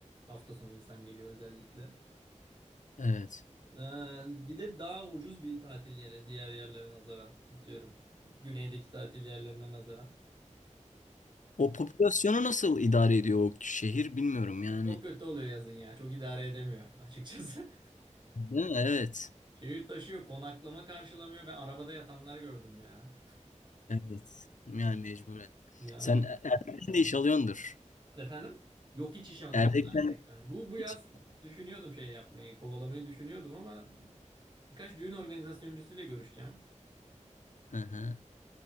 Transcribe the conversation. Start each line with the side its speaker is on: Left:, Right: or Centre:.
Right: hafta sonu insan geliyor özellikle.
Left: Evet.
Right: Ee, bir de daha ucuz bir tatil yeri diğer yerlere nazaran atıyorum. Güneydeki tatil yerlerine nazaran.
Left: O popülasyonu nasıl idare ediyor o şehir bilmiyorum yani.
Right: Çok kötü oluyor yazın ya. Çok idare edemiyor açıkçası.
Left: Değil mi? Evet.
Right: <laughs> Şehir taşıyor, konaklama karşılamıyor. Ben arabada yatanlar gördüm ya.
Left: Evet. Yani mecburen.
Right: Ya
Left: Sen Erdek'ten de iş alıyordur.
Right: Efendim? Yok hiç iş almadım
Left: Erdek'ten
Right: da Erdek'ten. Bu, bu yaz
Left: hiç
Right: düşünüyordum şey yapmayı, kovalamayı düşünüyordum ama birkaç düğün organizasyoncusuyla görüşeceğim.
Left: Hı hı.